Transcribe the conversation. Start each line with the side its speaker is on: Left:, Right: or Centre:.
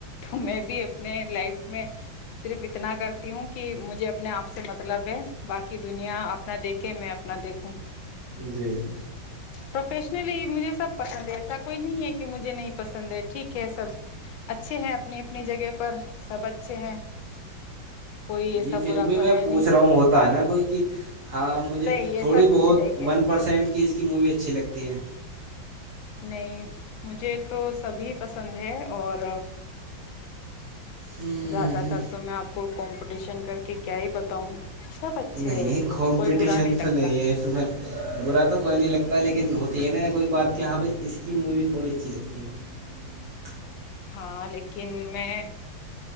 Left: تو میں بھی اپنے لائف میں صرف اتنا کرتی ہوں کہ مجھے اپنے آپ سے مطلب ہے باقی دنیا اپنا دیکھے میں اپنا دیکھوں
Right: جی جی
Left: پروفیشنلی مجھے سب پسند ہے ایسا کوئی نہیں ہے کہ مجھے نہیں پسند ہے ٹھیک ہے سب اچھے ہیں اپنی اپنی جگہ پر سب اچھے ہیں کوئی ایسا
Right: جی فھر
Left: برا
Right: بھی
Left: تو
Right: میں
Left: ہے
Right: پوچھ
Left: نہیں
Right: رہا ہوں ہوتا ہے نا کوئی کہ ہاں مجھے
Left: نہیں
Right: تھوڑی
Left: ایسا
Right: بہت
Left: کچھ نہیں ہے
Right: ون پرسینٹ کی اس کی مووی اچھی لگتی تین
Left: نہیں مجھے تو سبھی پسند ہے اور
Right: ہوں
Left: زیادہ
Right: ہوں
Left: تر تو میں آپ کو کمپٹیشن کر کے کیا ہی بتاؤں سب اچھے
Right: نہیں
Left: ہے ویسے
Right: کمپٹیشن
Left: کوئی برا لگتا
Right: تو نہیں ہے اس میں برا تو کوئی نہیں لگتا لیکن ہوتی ہے نا کوئی بات کہ یہاں پہ اس کی مووی تھوڑی اچھی لگتی ہے
Left: ہاں لیکن میں